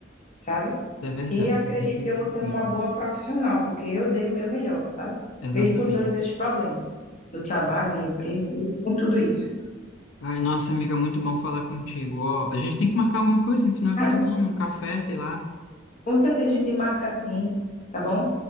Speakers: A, on the left (about 40°); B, on the left (about 80°).
A: sabe?
B: é verdade,
A: E acredito
B: tem que
A: que eu
B: seguir.
A: vou ser uma boa profissional, porque eu dei o meu melhor, sabe?
B: Exatamente.
A: Mesmo com todos esses problemas, no trabalho, no emprego, mesmo com tudo isso.
B: Ai, nossa, amiga, muito bom falar contigo. Ó, a gente tem que marcar alguma coisa no final de
A: Mas,
B: semana, um café, sei lá.
A: com certeza a gente marca assim, tá bom?